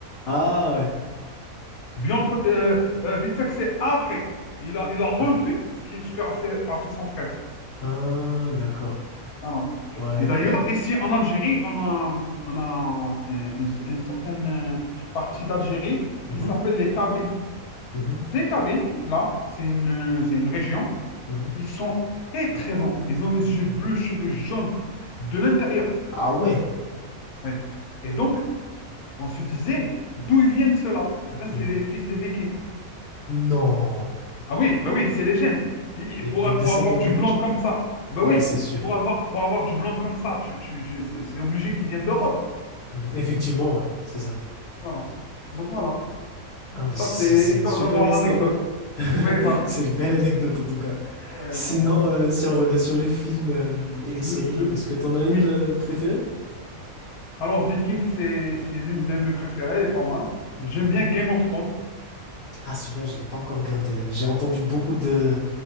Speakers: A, on the left; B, on the left.
A: Ah ouais,
B: Bjorn Côte, euh, euh, Witzek, c'est après. Il a, il a refait
A: ouais.
B: ce qui, ce qu'a fait, a fait son frère.
A: Ah, d'accord.
B: Voilà.
A: Ouais.
B: Et d'ailleurs, ici en Algérie, on a, on a euh, une, une certaine euh, partie d'Algérie
A: Mhm,
B: qui s'appelle les Kabyles.
A: mhm,
B: Ces Kabyles, là, c'est une, euh, c'est une région.
A: mhm.
B: Ils sont très, très blancs. Ils ont les yeux bleus, cheveux jaunes de l'intérieur.
A: Ah ouais.
B: Oui. Et donc, on se disait, d'où ils viennent ceux-là? Eh bien,
A: Mhm.
B: c'est les fils des Vikings.
A: Non,
B: Ah oui, bah oui, c'est les gènes. Et-
A: il
B: pour,
A: y a des descendants
B: pour avoir
A: de
B: du
A: Vikings.
B: blanc comme ça, bah
A: Ouais,
B: oui,
A: c'est sûr.
B: pour avoir, pour avoir du blanc comme ça, tu, tu, tu- c'est c'est obligé qu'ils viennent d'Europe.
A: Effectivement, ouais, c'est ça.
B: Voilà. Donc voilà.
A: Ah, mais
B: Ça,
A: c'est
B: c'est
A: c'est
B: histoire
A: une super
B: d'avoir
A: histoire.
B: l'anecdote.
A: hein. <laughs>
B: Oui, voilà.
A: C'est une belle anecdote en tout cas.
B: Oui,
A: Sinon,
B: voilà.
A: euh, si on revient sur les films euh, et les
B: Le,
A: séries,
B: le...
A: est-ce que t'en as
B: Oui.
A: une euh, préférée?
B: Alors, Viking, c'est c'est l'une de mes préférées, elle est pas mal.
A: Mhm.
B: J'aime bien Game of Thrones.
A: Ah, celui-là, je l'ai pas encore regardé. hein. J'ai entendu beaucoup de,